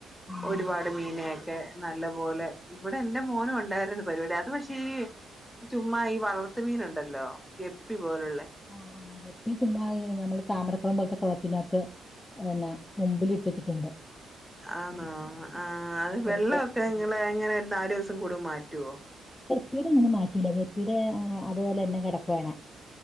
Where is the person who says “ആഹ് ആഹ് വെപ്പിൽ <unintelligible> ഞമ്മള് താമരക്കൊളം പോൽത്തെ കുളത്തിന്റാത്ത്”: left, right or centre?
Left